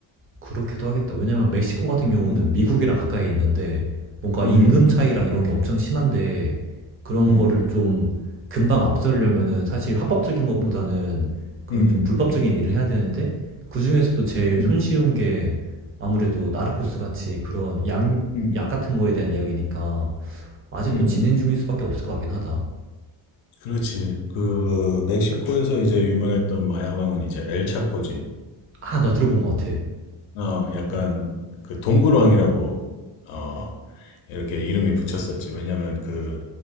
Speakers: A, on the right (about 25°); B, on the left (about 75°).
A: 그렇기도 하겠다. 왜냐면 멕시코 같은 경우는
B: 음,
A: 미국이랑 가까이 있는데 뭔가
B: 음,
A: 임금 차이랑 이런 게 엄청 심한데 그런
B: 음,
A: 거를 좀 금방 앞서려면은 사실 합법적인 것보다는
B: 음,
A: 그런
B: 음,
A: 좀 불법적인 일을 해야 되는데 그중에서도 제일
B: 음,
A: 손쉬운
B: 음,
A: 게 아무래도 나르코스 같이 그런 양,
B: 음,
A: 약 같은 거에 대한 이야기니까 아직도
B: 음.
A: 진행 중일 수밖에 없을 것 같긴 하다.
B: 그렇지. 그 멕시코에서 이제 유명했던 마야방은 이제 엘차포지.
A: 아, 나 들어본 것 같아.
B: 어, 약간 그 동굴왕이라고 어, 이렇게 이름이 붙였었지. 왜냐면 그